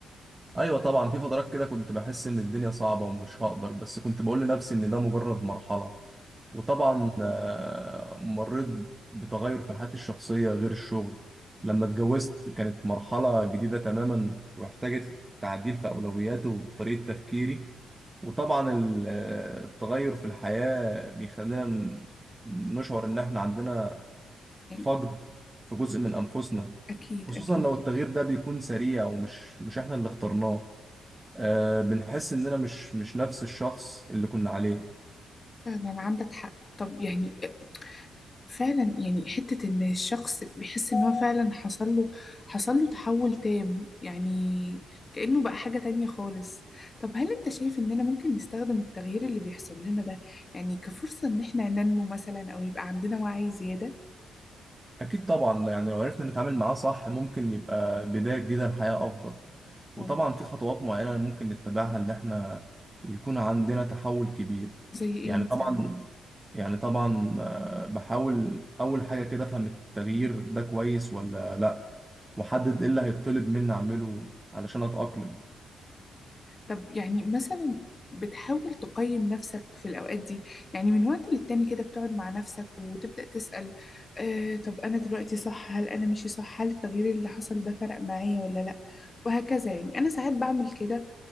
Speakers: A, on the right; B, on the left.
A: ايوه طبعا في فترات كده كنت بحس ان الدنيا صعبه ومش هقدر بس كنت بقول لنفسي ان ده مجرد مرحله وطبعا آه، مريت بتغير في حياتي الشخصيه غير الشغل لما اتجوزت كانت مرحله جديده تماما واحتاجت تعديل في اولوياتي وطريقه تفكيري وطبعا ال- آه، التغير في الحياه بيخلينا ن- نشعر ان احنا عندنا
B: يعني
A: فقد في جزء من انفسنا
B: أكيد
A: خصوصا
B: أكيد
A: لو التغيير ده بيكون سريع ومش مش احنا اللي اخترناه آه بنحس اننا مش مش نفس الشخص اللي كنا عليه
B: فعلا عندك حق طب يعني فعلا يعني حتة إن الشخص بيحس إن هو فعلا حصل له حصل له تحول تام يعني كأنه بقى حاجة تانية خالص طب هل أنت شايف إننا ممكن نستخدم التغيير اللي بيحصل لنا ده يعني كفرصة إن إحنا ننمو مثلا أو يبقى عندنا وعي زيادة؟
A: اكيد طبعا يعني لو عرفنا نتعامل معاه صح ممكن يبقى بداية جديدة لحياة افضل وطبعا
B: أو
A: في خطوات معينة ممكن نتبعها ان احنا يكون عندنا تحول كبير
B: زي إيه
A: يعني
B: مثلا؟
A: طبعا يعني طبعا آه، بحاول اول حاجة كده افهم التغيير ده كويس ولا لا واحدد ايه اللي هيطلب مني اعمله علشان اتأقلم
B: طب يعني مثلا بتحاول تقيم نفسك في الأوقات دي يعني من وقت للتاني كده بتقعد مع نفسك وتبدأ تسأل آه طب أنا دلوقتي صح هل أنا ماشي صح هل التغيير اللي حصل ده فرق معايا ولا لأ وهكذا يعني أنا ساعات بعمل كده